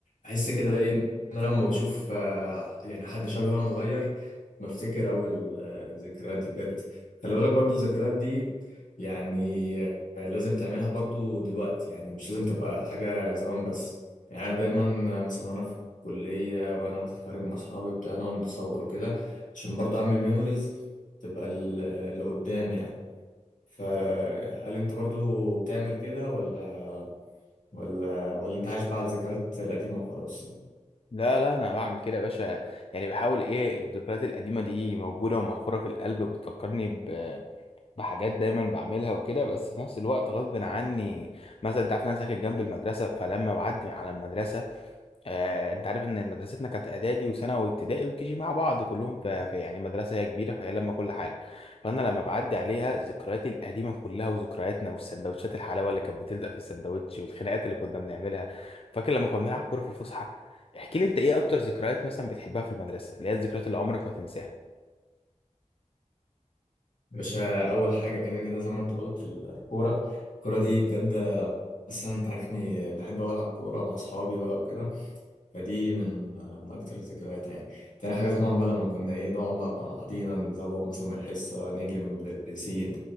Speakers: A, on the left; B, on the left.
A: احس كده ايه ان انا لما بشوف آه، يعني حد شبهي وانا صغير بفتكر اوي ال- آه، الذكريات دي بجد خلي بالك برضو الذكريات دي يعني آه، لازم تعملها برضو دلوقتي يعني مش لازم تبقى حاجه زمان بس يعني انا دايما مثلا وانا في الكليه وانا مثلا خارج مع اصحابي بتاع نقعد نتصور وكده عشان برضه اعمل ميموريز تبقى ل- لقدام يعني فهل انت برضه بتعمل كده ولا ولا ولا انت عايش بقى على الذكريات القديمه وخلاص
B: لا لا انا بعمل كده يا باشا يعني بحاول ايه الذكريات القديمة دي موجودة ومحفورة في القلب بتفكرني بحاجات دايما بعملها وكده بس في نفس الوقت غصب عني مثلا انت عارف ان انا ساكن جنب المدرسه فلما بعدي على المدرسه آه انت عارف ان مدرستنا كانت اعدادي وثانوي وابتدائي وكيجي مع بعض كلهم في, في يعني مدرسه هي كبيره فهي لما كل حاجه فانا لما بعدي عليها ذكرياتي القديمه كلها وذكرياتنا والسندوتشات الحلاوه اللي كانت بتلزق في السندوتش والخناقات اللي كنا بنعملها فاكر لما كنا بنلعب كوره في الفسحه احكي لي انت ايه اكتر ذكريات مثلا بتحبها في المدرسه اللي هي الذكريات اللي عمرك ما تنساها
A: باشا اول حاجه كده كده زي ما انت قلت ال- الكوره الكوره دي بجد اصلا انت عارفني بحب أوي العب كوره مع اصحابي بقى وكده فدي من من اكتر الذكريات يعني تاني حاجه طبعا بقى لما كنا ايه نقعد مع مع بعضينا نزوغ مثلا من الحصه نجري من المدرسين